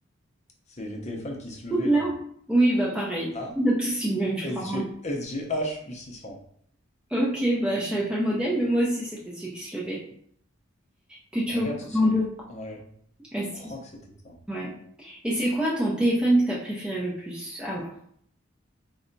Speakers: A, on the left (about 35°); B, in the centre.
A: c'est les téléphones qui se levaient
B: Là?
A: là.
B: Oui, bah pareil.
A: Ah,
B: On a tous eu le même, je
A: S
B: crois.
A: S G S G H u six cents.
B: Ok, bah je savais pas le modèle, mais moi aussi, c'était celui qui se levait. Que tu
A: Regarde,
B: ouvres
A: c'est celui.
B: en deux.
A: Ouais,
B: Ah
A: je
B: si,
A: crois que c'était ça.
B: ouais. Et c'est quoi ton téléphone que t'as préféré le plus avoir?